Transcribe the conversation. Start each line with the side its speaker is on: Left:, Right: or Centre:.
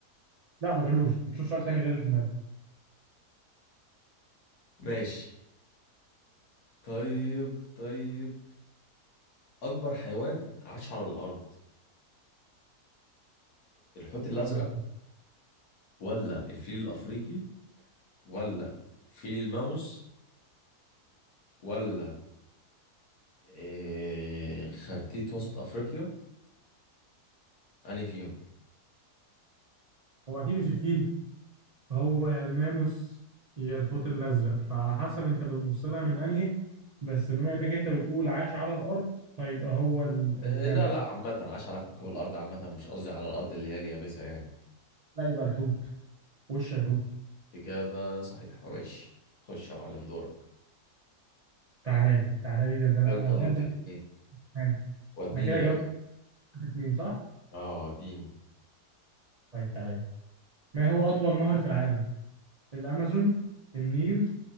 Right: لا ما تقولوش تشوف سؤال تاني غير اللي في دماغك
Left: ماشي طيب طيب اكبر حيوان عاش على الارض الحوت الازرق
Right: اكبر
Left: ولا الفيل الافريقي ولا فيل الماموس ولا إيه خرتيت وسط افريقيا انهي فيهم
Right: هو اكيد مش الفيل فهو يا الماموس يا الحوت الازرق فعلى حسب انت بتبص لها من انهي بس بما انك انت بتقول عاش على الارض فيبقى هو ال-
Left: إيه
Right: الماموس
Left: لا لا عامة عاش على كوكب الارض عامة مش قصدي على الارض اللي هي اليابسة يعني
Right: لا يبقى الحوت وش الحوت
Left: إجابة صحيحة ماشي خش يا معلم دورك
Right: تعالى لي تعالى لي ده, ده انا
Left: كده أنت
Right: أنا
Left: يلا
Right: بجد
Left: غلطت
Right: مش
Left: اتنين
Right: فاهم.
Left: وديني
Right: انا كده جاوبت
Left: يا باشا
Right: في اتنين صح؟
Left: اه وديني
Right: طيب تعالى لي ما هو اطول نهر في العالم؟ الامازون النيل